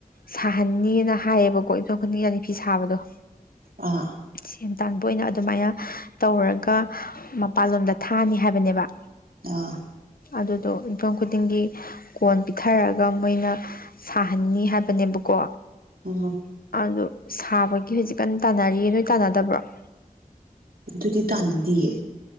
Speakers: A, on the left; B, on the right.
A: ꯁꯥꯍꯟꯅꯤꯅ ꯍꯥꯏꯌꯦꯕꯀꯣ ꯌꯨꯝꯊꯨꯡ ꯈꯨꯗꯤꯡ ꯔꯥꯅꯤꯐꯤ ꯁꯥꯕꯗꯣ
B: ꯑꯥ
A: ꯁꯦꯟ ꯇꯥꯟꯕ ꯑꯣꯏꯅ ꯑꯗꯨꯃꯥꯏꯅ ꯇꯧꯔꯒ ꯃꯄꯥꯟꯂꯣꯝꯗ ꯊꯥꯅꯤ ꯍꯥꯏꯕꯅꯦꯕ
B: ꯑꯥ
A: ꯑꯗꯨꯗꯣ ꯌꯨꯝꯊꯣꯡ ꯈꯨꯗꯤꯡꯒꯤ ꯀꯣꯟ ꯄꯤꯊꯔꯛꯑꯒ ꯃꯣꯏꯅ ꯁꯥꯍꯟꯅꯤ ꯍꯥꯏꯕꯅꯦꯕꯀꯣ
B: ꯑꯥ
A: ꯑꯗꯨꯗ ꯁꯥꯕꯒꯤ ꯍꯧꯖꯤꯛ ꯀꯟꯅ ꯇꯥꯟꯅꯔꯤꯌꯦ ꯅꯣꯏ ꯇꯥꯟꯅꯗꯕ꯭ꯔꯣ
B: ꯑꯗꯨꯗꯨꯗꯤ ꯇꯅꯤꯡꯗꯤꯌꯦ